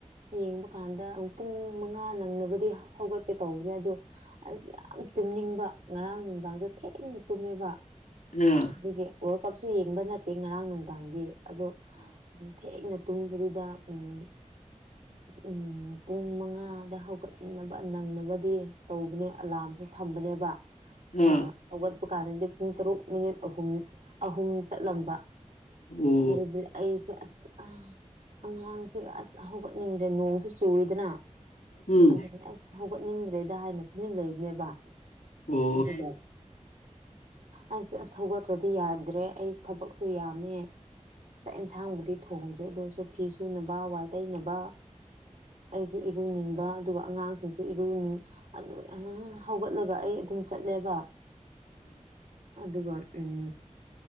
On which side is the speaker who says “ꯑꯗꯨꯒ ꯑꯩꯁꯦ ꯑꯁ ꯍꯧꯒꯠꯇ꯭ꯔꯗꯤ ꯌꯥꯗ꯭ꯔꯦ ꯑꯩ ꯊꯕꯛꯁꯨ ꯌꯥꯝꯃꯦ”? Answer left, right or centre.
Right